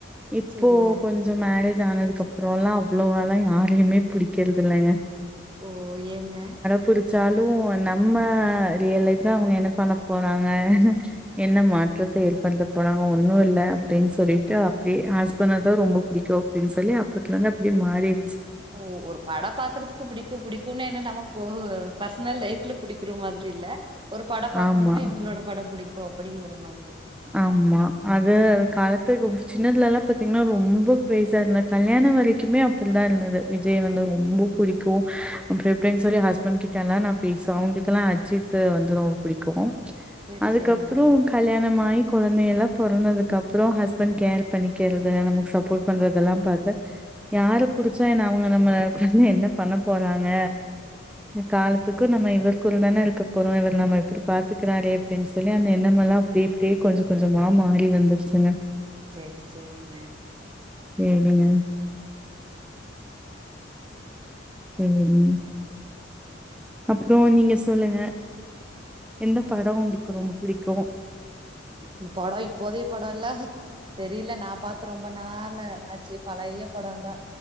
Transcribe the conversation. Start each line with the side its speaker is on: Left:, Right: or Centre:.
Centre: இப்போ
Right: சரிங்க
Centre: கொஞ் கொஞ்சொ மேரேஜ் ஆனதுக்கு அப்றோல்லா அவ்ளோவால்லா யாரையுமே புடிக்கிறது இல்லெங்க
Right: ஓ ஏங்க
Centre: புடுச்சாலு நம்ம ரியல் லைஃப்ல அவுங்க என்ன பண்ண போறாங்க என்ன மாற்றத்த ஏற்படுத்த போறாங்க ஒன்னு இல்ல அப்டின்னு சொல்லிட்டு
Right: இல்ல
Centre: அப்டி ஹஸ்பண்ட தா ரொம்ப புடிக்கு அப்டின்னு சொல்லி அப்பத்துலந்து அப்டியே மாறிர்ச்சு
Right: ஓ ஒரு பட பாக்குறதுக்கு புடிக்கு புடிக்குன்னு என்ன நம்ம போ பர்ஸ்னல் லைஃப்ல புடிக்கிற மாதிரி இல்ல ஒரு பட பாக்கணுனா
Centre: ஆமா
Right: இவுங்களோட படொ புடிக்கு அப்டிங்கிற மாதிரி
Centre: ஆமா அது
Right: ம்
Centre: காலத் துகு சின்னதுலல்லா பாத்திங்கன்னா ரொம்ப க்ரேஸா இருந்தே கல்யாணொ வரைக்குமே அப்புட் தா இருந்தது விஜய் வந்து ரொம்ப புடிக்கு அப்டி இப்டின் சொல்லி ஹஸ்பண்ட் கிட்டெல்லா நா பேசுவே அவுங்களுக்கெல்லா அஜி த்து வந்து ரொம்ப புடிக்கு
Right: செரி
Centre: அதுக்கப்றொ
Right: செரிங்க
Centre: கல்யா ணமாயி கொழந்தையல்லா பொறந்ததுக்கு அப்றொ ஹஸ்பண்ட் கேர் பண்ணிக்கெறது நமக்கு சப்போர்ட் பண்றதெல்லா பாத்து யார புடுச்சா என்ன அவுங்க நம்மளுக் வந்து என்ன பண்ண போறாங்க காலத்துக்கு நம்ம இவருக்குட தான இருக்க போறோ இவர் நம்ம இப்டி பாத்துக்குறாரே அப்டின் சொல்லி அந்த எண்ணமெல்லா அப்டியே அப்டியே கொஞ்சொ கொஞ்சமா மாறி வந்துருச்சுங்க
Right: சேரி சேரிங்க
Centre: வேறென்ன <unintelligible> அப்றோ நீங்க சொல்லுங்க எந்த படோ உங்களுக்கு ரொம்ப புடிக்கு
Right: ந்த படோ இப்போதய படோ இல்ல தெரில நா பாத்து ரொம்ப நாள் ஆச்சு பழைய படந்தா